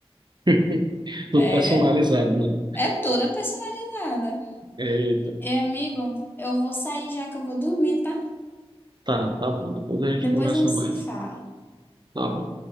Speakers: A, on the right (about 45°); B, on the left (about 20°).
A: <laughs> Tudo
B: É,
A: personalizado, né?
B: é toda personalizada.
A: Eita,
B: E, amigo, eu vou sair já que eu vou dormir, tá?
A: tá, tá bom, depois a gente
B: Depois
A: conversa
B: a gente
A: mais.
B: se fala.
A: Tá bom.